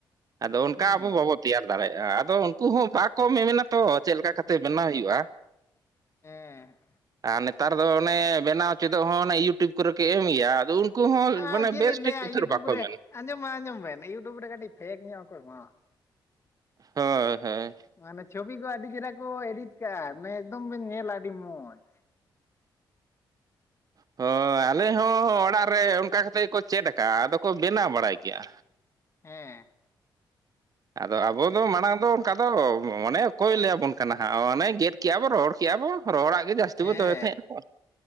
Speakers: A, on the right (about 45°); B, on the left (about 30°).
A: ᱟᱫᱚ ᱚᱱᱠᱟ
B: ᱦᱩᱸ
A: ᱟᱵᱚ ᱵᱟᱵᱚ ᱛᱮᱭᱟᱨ ᱫᱟᱲᱮᱭᱟᱜᱼᱟ᱾ ᱟᱫᱚ ᱩᱱᱠᱩ ᱦᱚᱸ ᱵᱟᱠᱚ ᱢᱮᱢᱮᱱᱟ ᱛᱚ᱾ ᱪᱮᱫ ᱞᱮᱠᱟ ᱠᱟᱛᱮᱫ ᱵᱮᱱᱟᱣ ᱦᱩᱭᱩᱜᱼᱟ?
B: ᱦᱮᱸ
A: ᱟᱨ ᱱᱮᱛᱟᱨ ᱫᱚ ᱚᱱᱮ ᱵᱮᱱᱟᱣ ᱪᱮᱫᱚᱜ ᱦᱚᱸ᱾ ᱚᱱᱟ ᱤᱭᱩᱴᱩᱵᱽ ᱠᱚᱨᱮ ᱠᱚ ᱮᱢ ᱜᱮᱭᱟ, ᱟᱫᱚ ᱩᱱᱠᱩ ᱦᱚᱸ
B: ᱟᱨ
A: ᱢᱟᱱᱮ
B: ᱪᱮᱫ
A: ᱵᱮᱥᱴᱷᱤᱠ
B: ᱞᱤᱧ ᱞᱟᱹᱭᱟ
A: ᱩᱛᱷᱟᱹᱨ
B: ᱤᱭᱩᱴᱩᱵᱽ
A: ᱵᱟᱠᱚ
B: ᱨᱮ
A: ᱢᱮᱱᱟ᱾
B: ᱟᱸᱡᱚᱢ ᱢᱮ ᱟᱸᱡᱚᱢ ᱵᱮᱱ ᱤᱭᱩᱴᱩᱵᱽ ᱨᱮ ᱠᱟᱴᱤᱡ ᱯᱷᱮᱠ ᱧᱚᱜ ᱠᱚ ᱮᱢᱟ᱾
A: ᱦᱚᱭ ᱦᱚᱭ
B: ᱢᱟᱱᱮ ᱪᱷᱚᱵᱤ ᱠᱚ ᱟᱰᱤ ᱪᱮᱨᱦᱟ ᱠᱚ ᱮᱰᱤᱴ ᱠᱟᱜᱼᱟ, ᱢᱮ ᱮᱠᱫᱚᱢ ᱵᱮᱱ ᱧᱮᱞᱟ ᱟᱹᱰᱤ ᱢᱚᱸᱡᱽ᱾
A: ᱦᱳᱭ ᱟᱞᱮ ᱦᱚᱸ ᱚᱲᱟᱜ ᱨᱮ ᱚᱱᱠᱟ ᱠᱟᱛᱮᱫ ᱜᱮᱠᱚ ᱪᱮᱫ ᱟᱠᱟᱜᱼᱟ᱾ ᱟᱫᱚ ᱠᱚ ᱵᱮᱱᱟᱣ ᱵᱟᱲᱟᱭ ᱜᱮᱭᱟ᱾
B: ᱦᱮᱸ
A: ᱟᱫᱚ ᱟᱵᱚ ᱫᱚ ᱢᱟᱲᱟᱝ ᱫᱚ ᱚᱱᱠᱟ ᱫᱚ ᱢᱟᱱᱮ ᱚᱠᱚᱭ ᱞᱟᱹᱭᱟᱵᱚᱱ ᱠᱟᱱᱟ ᱦᱟᱸᱜ᱾ ᱚᱱᱮ ᱜᱮᱫ ᱠᱮᱜᱼᱟ ᱵᱚᱱ ᱨᱚᱦᱚᱲ ᱠᱮᱜᱼᱟ ᱵᱚ᱾ ᱨᱚᱦᱚᱲᱟᱜ ᱜᱮ ᱡᱟᱹᱥᱛᱤ
B: ᱦᱮᱸ
A: ᱵᱩ ᱫᱚᱦᱚᱭ ᱛᱟᱦᱮᱸᱜ ᱛᱚ᱾